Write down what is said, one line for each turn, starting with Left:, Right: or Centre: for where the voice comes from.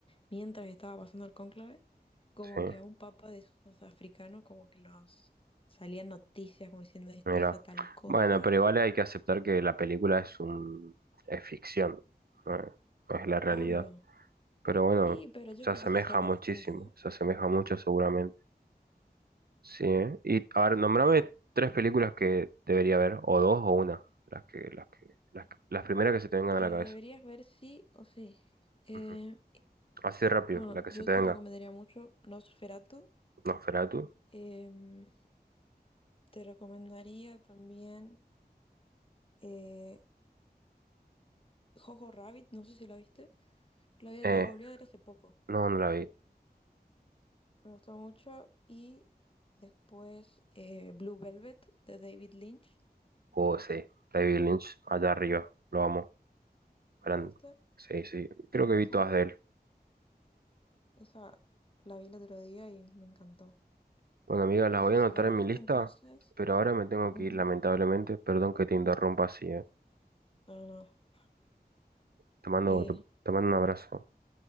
Left: mientras estaba pasando el cónclave, como
Right: Sí,
Left: que a un papa de esos africanos, como que los salían noticias como diciendo este
Right: mira.
Left: hizo tal cosa,
Right: Bueno, pero igual hay que aceptar que la película es un, es ficción, no es no es la realidad.
Left: obvio.
Right: Pero bueno,
Left: Y pero yo
Right: se
Left: creo
Right: asemeja
Left: que se acerca
Right: muchísimo,
Left: bastante, ¿eh?
Right: se asemeja mucho seguramente. Sí, ¿eh? Y a ver, nombrame tres películas que debería ver, o dos o una, las que, las que, las, que- las primeras que se te vengan a
Left: que
Right: la cabeza.
Left: deberías ver sí o sí. Eh,
Right: Ujú. Así rápido,
Left: bueno,
Right: la que
Left: yo
Right: se te
Left: te
Right: venga.
Left: recomendaría mucho Nosferatu.
Right: Nosferatu.
Left: Em, te recomendaría también eh, Jojo Rabbit, no sé si la viste. La vi-
Right: Eh,
Left: lo volví a ver hace poco.
Right: no, no la vi.
Left: Me gustó mucho. Y después eh, Blue Velvet de David Lynch.
Right: Oh, sí, David Lynch, allá arriba, lo amo. Gran.
Left: ¿Lo viste?
Right: Sí, sí, creo que
Left: ¿Esa
Right: vi todas
Left: o no?
Right: de él.
Left: Esa la vi el otro día y me encantó.
Right: Bueno, amigas,
Left: Y
Right: las
Left: esa
Right: voy a
Left: si
Right: anotar
Left: ya la
Right: en
Left: viste
Right: mi lista,
Left: entonces.
Right: pero ahora me tengo
Left: Ujú.
Right: que ir, lamentablemente. Perdón que te interrumpa así, eh.
Left: No, no. no.
Right: Te mando,
Left: Eh,
Right: te, te mando un abrazo.